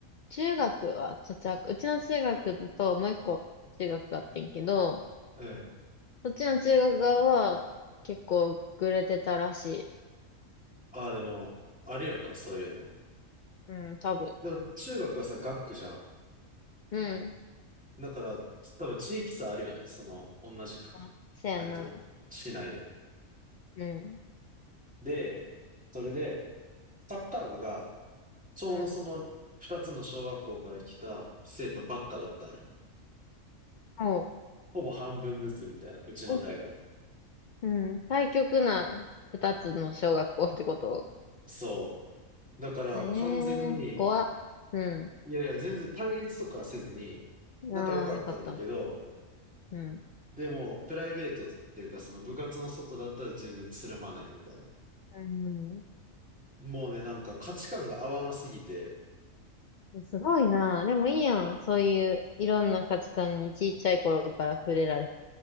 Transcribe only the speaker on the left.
中学は茶々学、うちの中学ともう一個中学があってんけど、
そっちの中学側は結構グレてたらしい。
うん、多分。
うん。
まあ、せやな。
うん。
うん。
も
う、えうん。対極な二つの小学校ってこと
ええー、
怖っ。う
ん。
ああ、よかった。うん。
うん。
すごいな。でもいいやん。そういう、いろんな価値観にちっちゃい頃から触れられて。